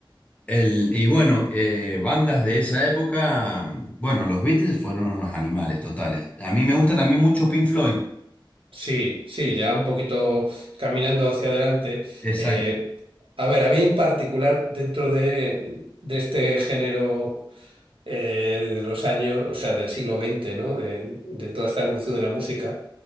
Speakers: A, on the left; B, on the right.
A: El, y bueno, eh, bandas de esa época, mm, bueno, los Beatles fueron unos animales totales. A mí me gusta también mucho Pink Floyd.
B: Sí, sí, ya un poquito caminando hacia adelante.
A: Exacto,
B: Eh, a ver, a mí en particular, dentro de, de este género eh, de los años, o sea, del siglo XX, ¿no? De, de toda esta evolución de la música,